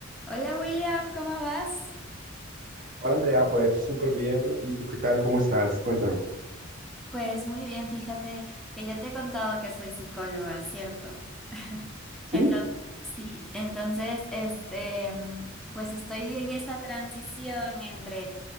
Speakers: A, in the centre; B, on the right.
A: Hola William, ¿cómo vas?
B: Hola Andrea, pues súper bien. ¿Y tú qué tal? ¿Cómo estás? Cuéntame.
A: Pues muy bien, fíjate que yo te he contado que soy psicóloga, ¿cierto? <laughs>
B: ¿Sí?
A: Entonces, sí, entonces, este, mm, pues estoy en esa transición entre